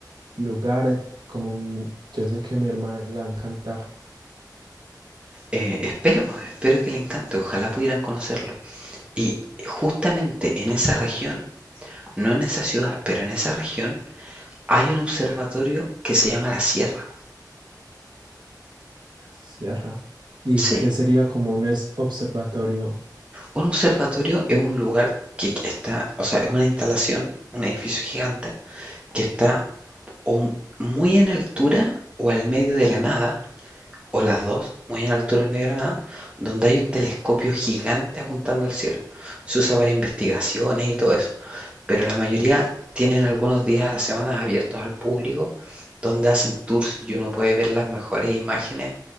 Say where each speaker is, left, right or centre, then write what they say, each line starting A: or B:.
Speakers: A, on the right; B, on the right.
A: lugar, eh, como mm, yo sé que a mi hermana le va a encantar
B: Eh, espero, pues, espero que le encante, ojalá pudieran conocerlo. Y justamente en esa región, no en esa ciudad, pero en esa región, hay un observatorio que se llama La Sierra.
A: la sierra y
B: Sí,
A: que sería como un es- observatorio.
B: un observatorio es un lugar que que está, o sea, es una instalación, un edificio gigante, que está o mu- muy en altura o al medio de la nada, o las dos, muy en altura en medio de la nada, donde hay un telescopio gigante apuntando al cielo. Se usa para investigaciones y todo eso, pero la mayoría tienen algunos días a la semana abiertos al público, donde hacen tours y uno puede ver las mejores imágenes